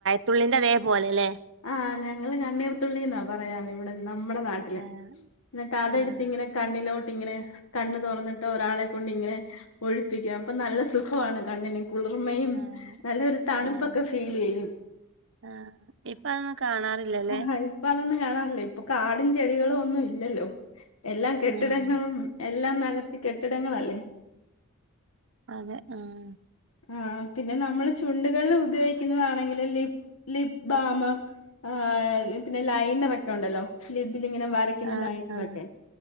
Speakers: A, on the right (about 60°); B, on the left (about 75°).
A: തുള്ളീന്റെ അതേ പോലെ ല്ലേ
B: ആഹ് ഞങ്ങള് കണ്ണീർത്തുള്ളിന്നാ പറയാറ് ഇവ്ടെ നമ്മട നാട്ടില്
A: ആഹ്
B: എന്നിട്ട് അതെടുത്തിങ്ങനെ
A: ആഹ്
B: കണ്ണിലോട്ടിങ്ങനെ കണ്ണ് തൊറന്നിട്ട് ഒരാളെ കൊണ്ടിങ്ങനെ ഒഴിപ്പിക്കും അപ്പൊ നല്ല സുഖവാണ് കണ്ണിന് കുളിർമയും
A: ആഹ്
B: നല്ലൊരു തണുപ്പൊക്കെ
A: ആഹ്
B: ഫീലെയ്യും
A: ആഹ് ഇപ്പ അതൊന്നും കാണാറില്ലല്ലേ
B: ആഹ് ഇപ്പൊ അതൊന്നും കാണാറില്ല ഇപ്പൊ കാടും ചെടികളും ഒന്നും ഇല്ലല്ലോ എല്ലാം കെട്ടിടങ്ങളും
A: ആഹ്
B: എല്ലാം നെകത്തി കെട്ടിടങ്ങളല്ലേ
A: അതെ ആഹ്
B: ആഹ് പിന്നെ നമ്മള് ചുണ്ടുകളിൽ ഉപയോഗിക്കുന്നതാണെങ്കില് ലിപ് ലിപ്പ് ബാമ് ആഹ് പിന്നെ ലൈനറക്കെ ഒണ്ടല്ലോ ലിബ്ബിലിങ്ങനെ വര ക്കുന്ന
A: ആഹ്
B: ലൈനറൊക്കെ
A: ആഹ്